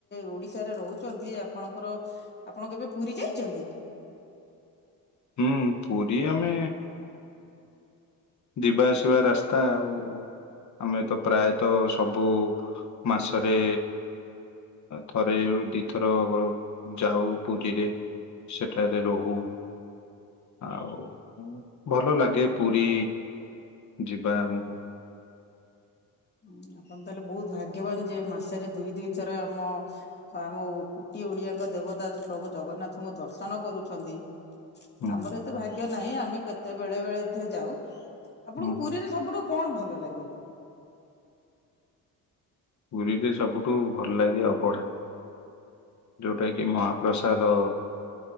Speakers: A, on the left; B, on the left.
A: ଓଡ଼ିଶାରେ ରହୁଛନ୍ତି। ଆପଣଙ୍କର ଆପଣ ଆପଣ କେବେ ପୁରୀ ଯାଇଛନ୍ତି?
B: ହୁଁ ପୁରୀ ଆମେ ଯିବା ଆସିବା ରାସ୍ତା ଆଉ। ଆମେ ତ ପ୍ରାୟତଃ ସବୁ ମାସରେ ଥରେ କିମ୍ବା ଦିଥର ଯାଉ, ପୁରୀରେ ସେଠାରେ ହିଁ ରହୁ। ଆଉ ମୋତେ ଭଲ ଲାଗେ ପୁରୀ ଯିବା ଆମକୁ
A: ଉଁ ଆପଣ ତାହେଲେ ବୋହୁତ ଭାଗ୍ୟବାନ ଯେ ମାସରେ ଦୁଇ ଦୁଇଥର ଆମ ଆମକୁ ଓଡିଆଙ୍କ ଦେବତା ପ୍ରଭୁ ଜଗନ୍ନାଥଙ୍କୁ ଦର୍ଶନ କରୁଛନ୍ତି।
B: ହୁଁ
A: ଆମର ଏତେ ଭାଗ୍ୟ ନାହିଁ ଆମେ କେତେବେଳେ ବେଳେ ଧେ ଯାଉ। ଆପଣଙ୍କୁ
B: ହୁଁ ହୁଁ
A: ପୁରୀରେ ସବୁଠୁ କଣ ଭଲ ଲାଗେ?
B: ପୁରୀରେ ସବୁଠୁ ଭଲଲାଗେ ଅବଢା। ଯୋଉଟା କିି ମହାପ୍ରସାଦ।